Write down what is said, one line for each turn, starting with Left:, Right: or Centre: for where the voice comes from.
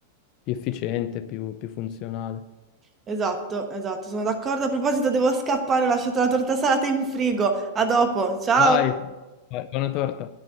Left: più efficiente, più, più funzionale.
Right: esatto, esatto, sono d'accordo. A proposito, devo scappare, ho lasciato la torta salata in frigo. A dopo, ciao!
Left: Vai, vai, buona torta.